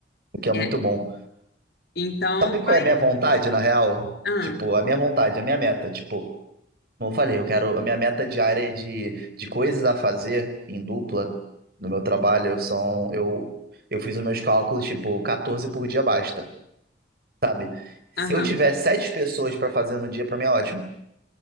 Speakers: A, on the right (about 55°); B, on the left (about 60°).
A: o que é muito
B: É,
A: bom.
B: então
A: Sabe qual
B: vai.
A: é a minha vontade, na real?
B: Ah,
A: Tipo, a minha vontade, a minha meta, tipo. Como eu falei, eu quero. A minha meta diária é de, de coisas a fazer em dupla no meu trabalho são. Eu, eu fiz os meus cálculos, tipo, 14 por dia basta, sabe? Se
B: aham.
A: eu tiver sete pessoas pra fazer no dia, pra mim é ótimo.